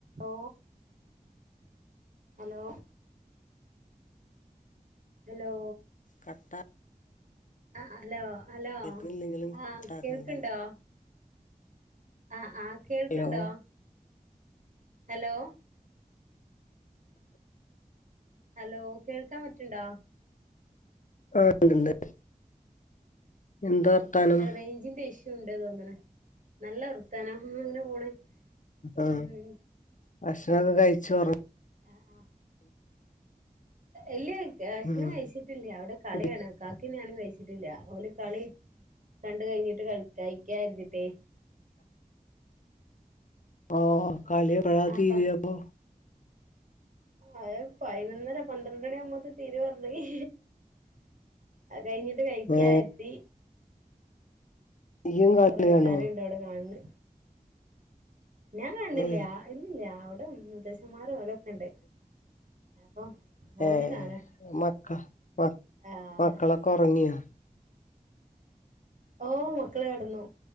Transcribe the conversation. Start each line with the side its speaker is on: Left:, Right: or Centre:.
Right: ഓ hello hello
Left: കട്ട
Right: ആഹ് hello hello
Left: കേൾക്കണില്ലെങ്കിലും കട്ടാക്കണ്ട
Right: ആഹ് കേൾക്കണ്ടോ? ആ ആ കേൾക്ക്‌ണ്ടോ?
Left: ഹലോ
Right: ഹലോ ഹലോ കേൾക്കാൻ പറ്റുണ്ടോ?
Left: ആ ണ്ട്ണ്ട് എന്താ വർത്താനം
Right: എറേഞ്ചിന്റെ ഇഷ്യൂണ്ട് തോന്നനെ നല്ല വർത്താനം അങ്ങനെ പോണ്
Left: ആ
Right: ഉം
Left: ഭക്ഷണൊക്കെ കഴിചൊറ
Right: ആഹ് ആഹ് ഇല്ല ഭക്ഷണം
Left: ഉം
Right: കഴിച്ചിട്ടില്ല അവിടെ കളി
Left: കുടി
Right: കാണാ കാക്കിം ഞാനും കഴിച്ചിട്ടില്ല ഓല് കളി കണ്ട് കഴിഞ്ഞിട്ട് കഴി കഴിക്കരുന്നിട്ടേ
Left: ഓ കളിയെപ്പളാ
Right: ആപ്പ
Left: തീരാപ്പോ
Right: അത് പൈതിനൊന്നര പന്ത്രണ്ട്ര മണിയ ആവുമ്പോത്ത തീരു പറഞ്ഞി അതെകഴിഞ്ഞിട്ട് കഴിക്കാ
Left: ഏ
Right: കരുതി
Left: ഇയ്യും
Right: ഒര്
Left: കളിയാണോ
Right: ക്കുറെ ആൾക്കാാര് ണ്ട് ഔടെ കാണന്ന് ഞാൻ കാണുണില്ല
Left: ഏ
Right: ഇല്ലില്ല അവിട മുത്തശ്ശന്മാരും ഒലൊക്കെ ണ്ട് അപ്പൊ ഓര്
Left: ഏഹ്
Right: കാണാ
Left: മക്ക മക്
Right: ആഹ്
Left: മക്കളൊക്കെ ഉറങ്ങിയൊ?
Right: ഓ മക്കള് കടന്നു